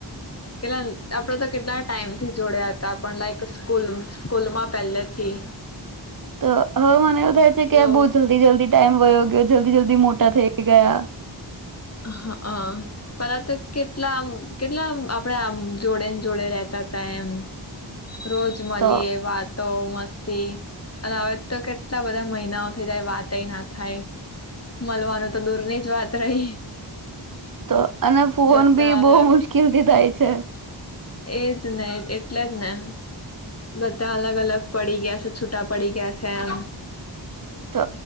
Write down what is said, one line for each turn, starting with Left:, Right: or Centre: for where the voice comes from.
Left: કેટલા આપડે તો કેટલા ટાઈમ થી જોડયા હતા પણ લાઈક સ્કૂલ સ્કૂલમાં પહેલેથી
Right: તો હવે મને એવું થાય છે કે
Left: વ
Right: બહુ જલ્દી જલ્દી ટાઈમ વયો જલ્દી જલ્દી મોટા થઈ ગયા
Left: હ હ પેલા તો કેટલા આમ કેટલા આપડે આમ જોડે ને જોડે રતા હતાા એમ રોજ મળી
Right: તો
Left: એ વાત તો મસ્તી અને હવે તો કેટલા બધા મહિનાઓ થઈ જાય વાત એ ના થાય મળવાનું તો દૂર ની જ વાત રહી
Right: તો અને ફોન
Left: બધા
Right: બી
Left: અલગ
Right: બહુ મુશ્કેલથી થાય છે.
Left: એજ ને એટલે જ ને બધા અલગ અલગ પડી ગયા છે છૂટા પડી ગયા છે એમ
Right: તો